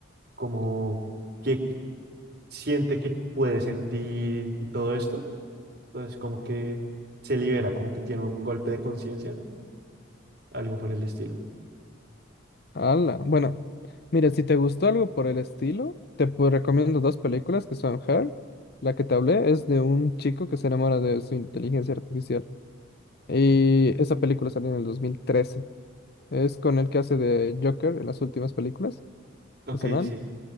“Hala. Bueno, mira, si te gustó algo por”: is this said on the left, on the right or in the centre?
Left